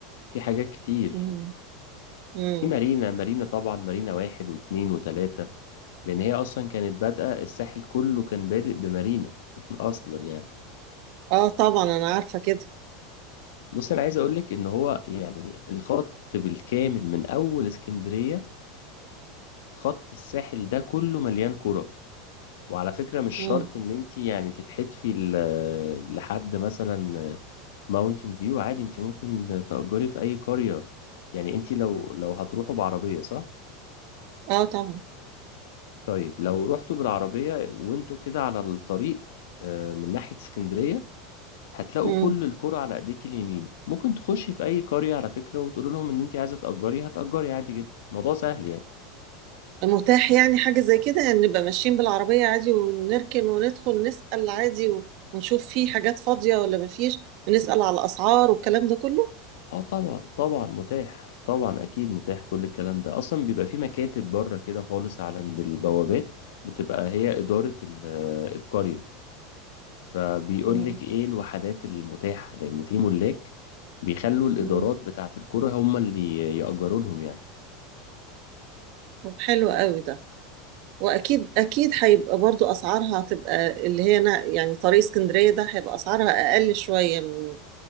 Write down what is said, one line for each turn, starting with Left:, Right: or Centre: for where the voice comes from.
Left: في حاجات كتير
Right: مم. مم.
Left: في مارينا مارينا طبعا مارينا واحد واتنين وتلاتة لان هي اصلا كانت بادئة الساحل كله كان بادئ بمارينا <laughs> اصلا يعني
Right: اه طبعا انا عارفة كده
Left: بص انا عايز اقولك ان هو يعني الخط بالكامل من اول اسكندرية خط الساحل ده كله مليان كرة وعلى فكرة مش شرط
Right: مم.
Left: ان انت يعني تتحدفي ل- لحد مثلا ماونتن فيو عادي انت ممكن تأجري في اي قرية يعني انت لو لو هتروحوا بعربية صح؟
Right: اه طبعا
Left: طيب لو رحتوا بالعربية وانتوا كده على الطريق آه، من ناحية اسكندرية هتلاقوا
Right: مم.
Left: كل الكرة على ايديك اليمين ممكن تخشي في اي قرية على فكرة وتقول لهم ان انت عايزة تأجري هتأجري عادي جدا الموضوع سهل يعني
Right: متاح يعني حاجة زي كده يعني نبقى ماشيين بالعربية عادي ونركن وندخل نسأل عادي و- ونشوف في حاجات فاضية ولا مفيش ونسأل على الأسعار والكلام ده كله
Left: اه طبعا طبعا متاح طبعا اكيد متاح كل الكلام ده اصلا بيبقى في مكاتب بره كده خالص على عند البوابات بتبقى هي اداره ال- آه، القريه فبيقول
Right: مم.
Left: لك ايه الوحدات المتاحه لان في ملاك بيخلوا الادارات
Right: مم.
Left: بتاعه القرى هم اللي ياجروا لهم يعني
Right: طب حلو قوي ده وأكيد أكيد هيبقى برضو أسعارها هتبقى اللي هي نا- يعني طريق اسكندرية ده هيبقى أسعارها أقل شوية من